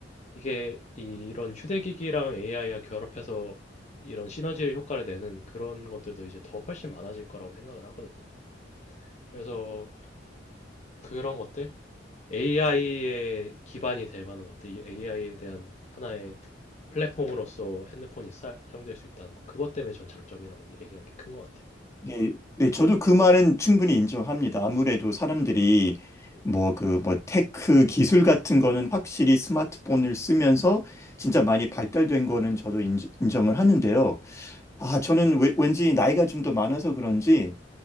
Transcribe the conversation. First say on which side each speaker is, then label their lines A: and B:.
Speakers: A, on the left; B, on the left.
A: 이게 이- 이런 휴대기기랑 AI와 결합해서 이런 시너지 효과를 내는 그런 것들도 이제 더 훨씬 많아질 거라고 생각을 하거든요. 그래서 그런 것들? AI의 기반이 될 만한 것들, 이 AI에 대한 하나의 플랫폼으로서 핸드폰이 사, 사용될 수 있다는 거, 그것 때문에 전 장점이라고 얘기한 게 큰 것 같아요.
B: 네, 네, 저도 그 말은 충분히 인정합니다. 아무래도 사람들이
A: 네.
B: 뭐 그 뭐 테크 기술 같은 거는 확실히 스마트폰을 쓰면서 진짜 많이 발달된 거는 저도 인, 정을 하는데요. 아, 저는 왜- 왠지 나이가 좀 더 많아서 그런지